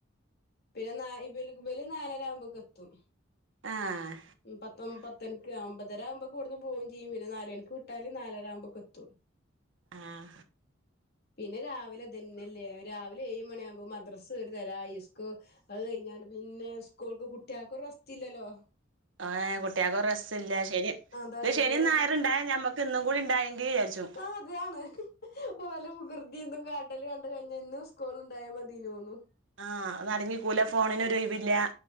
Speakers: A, on the left (about 55°); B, on the right (about 70°).
A: പിന്നെ നാ ഇബല് ഇബല് നാലരാവുമ്പക്കെത്തും
B: ആഹ്
A: പത്തൊ പത്തണിക്ക് ഒമ്പതര ആവുമ്പക്ക് ഇവ്ടന്ന് പോവും ചിയ്യും പിന്നെ നാലണിക്ക് വിട്ടാല് നാലര ആവുമ്പക്കെത്തും
B: ആഹ്
A: പിന്നെ രാവിലെ ഇതന്നെല്ലേ രാവിലെ ഏഴ് മണിയാവുമ്പൊ മദ്രസ് ഒരു തല ഇസ്കൂ അത് കഴിഞ്ഞാണ്ട് പിന്നെ സ്കൂൾക്ക് കുട്ടീൾക്കൊരു റസ്റ്റില്ലലൊ
B: ഏഹ് കുട്ടീൾക്കൊരു റസ്റ്റില്ല ശനി.
A: അതാണ്
B: ശനി
A: പിന്നെ
B: ഞായറു ഇണ്ടായ ഞമ്മക്ക് ഇന്നും കൂടി ഇണ്ടായെങ്കി വിചാരിച്ചും
A: ആഹ് അതാണ് ഓലെ വികൃതി ഇതും കാട്ടല് കണ്ട കഴിഞ്ഞ ഇന്നും സ്കൂള് ഇണ്ടായാ മതീനോന്നും
B: ആഹ് അടങ്ങി ഇർക്കൂല ഫോണിനൊരൊഴിവില്ല